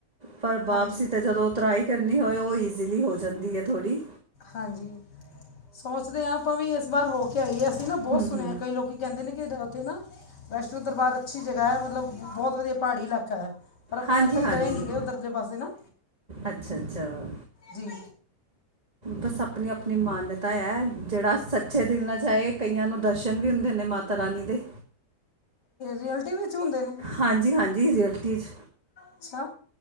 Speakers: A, on the right; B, on the left.
A: ਪਰ ਵਾਪਸੀ
B: ਹਾਂਜੀ
A: ਤੇ ਜਦੋਂ। ਉਤਰਾਈ ਕਰਨੀ ਹੋਵੇ ਉਹ ਈਜ਼ੀਲੀ ਹੋ ਜਾਂਦੀ ਹੈ ਥੋੜ੍ਹੀ।
B: ਹਾਂਜੀ ਸੋਚਦੇ ਹਾਂ ਆਪਾਂ ਵੀ ਇਸ ਵਾਰ ਹੋ ਕੇ ਆਈਏ ਅਸੀਂ ਨਾ
A: ਹੂੰ
B: ਬਹੁਤ ਸੁਣਿਆ
A: ਹੂੰ।
B: ਕਈ ਲੋਕੀ। ਕਹਿੰਦੇ ਨੇ ਕਿ ਉੱਥੇ ਨਾ ਵੈਸ਼ਨੋ ਦਰਬਾਰ ਅੱਛੀ ਜਗ੍ਹਾ ਹੈ ਮਤਲਬ ਬਹੁਤ ਵਧੀਆ ਪਹਾੜੀ ਇਲਾਕਾ ਹੈ। ਪਰ ਆਪਾਂ
A: ਹਾਂਜੀ
B: ਅੱਜ ਤੱਕ
A: ਹਾਂਜੀ
B: ਗਏ ਨੀ ਗਏ ਉਧਰਲੇ ਪਾਸੇ ਨਾ
A: ਅੱਛਾ ਅੱਛਾ
B: ਜੀ।
A: ਬਸ ਆਪਣੀ ਆਪਣੀ ਮਾਨਤਾ ਹੈ ਜਿਹੜਾ ਸੱਚੇ ਦਿਲ ਨਾ ਜਾਏ ਕਈਆਂ ਨੂੰ ਦਰਸ਼ਨ ਵੀ ਹੁੰਦੇ ਨੇ ਮਾਤਾ। ਮਾਤਾ ਰਾਨੀ ਦੇ।
B: ਰਿਐਲਟੀ ਵਿੱਚ ਹੁੰਦੇ ਨੇ?
A: ਹਾਂਜੀ, ਹਾਂਜੀ ਰਿਐਲਟੀ ਵਿੱਚ।
B: ਅੱਛਾ।